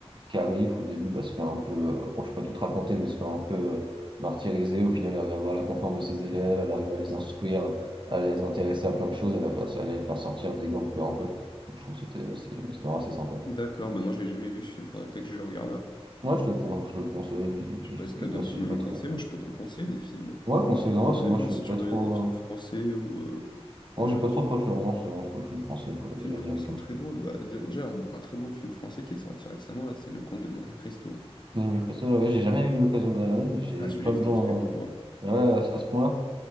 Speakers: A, on the right (about 45°); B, on the left (about 45°).
A: qui arrive, au début, bah, se fait un peu, euh, bon, je ne peux pas tout te raconter, mais se fait un peu euh, martyriser. Au final, elle arrive à avoir la confiance de ses élèves, elle arrive à les instruire, à les intéresser à plein de choses, à, la faire, à les faire sortir des gangs peu un peu. Donc, je trouve que c'était c'est une histoire assez sympa.
B: D'accord, bah non, je l'ai jamais vu ce film, faudrait peut-être que je le regarde alors.
A: Moi, je te le, con- je te le conseille,
B: Je sais
A: il,
B: pas si t'as
A: il
B: d'autres
A: passe,
B: films
A: il est
B: à
A: pas
B: me
A: très.
B: conseiller, moi je peux t'en conseiller des films. hein.
A: Ouais, conseille-en, parce
B: Ça
A: que
B: dépend
A: moi, je suis
B: si
A: pas
B: tu veux
A: trop.
B: regarder des films
A: euh,
B: français ou euh, américains.
A: Moi, j'ai pas trop de préférence euh, entre films français quoi,
B: Film
A: et américains.
B: français très
A: parce que-
B: drôle. Bah, dé- déjà, un, un très bon film français qui est sorti récemment, là, c'est Le Comte de Monte-Cristo.
A: Non, mais ça, ouais, j'ai jamais eu l'occasion de regarder, mais j'ai
B: Ah, celui-là,
A: plein
B: il
A: de
B: faut
A: gens.
B: absolument le voir.
A: euh, ouais, à à ce point-là.